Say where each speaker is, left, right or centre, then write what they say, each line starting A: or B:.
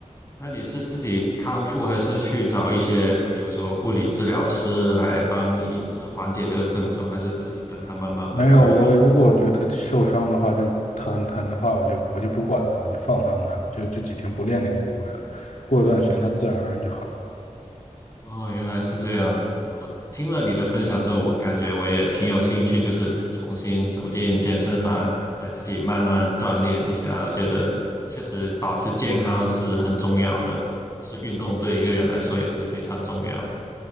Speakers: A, on the left; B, on the left.
A: 那你是自己康复，还是去找一些，比如说物理治疗师来帮你，就是缓解这个症状，还是自己等它慢慢恢复的呢？
B: 没有，我如果觉得受伤的话，就疼疼的话，我就我就不管它，就放它那儿，就就几天不练那个部位了。过一段时间，它自然而然就好了。
A: 哦，原来是这样子。我听了你的分享之后，我感觉我也挺有兴趣，就是重新走进健身房，来自己慢慢锻炼一下。我觉得确实保持健康是很重要的，是运动对一个人来说也是非常重要的。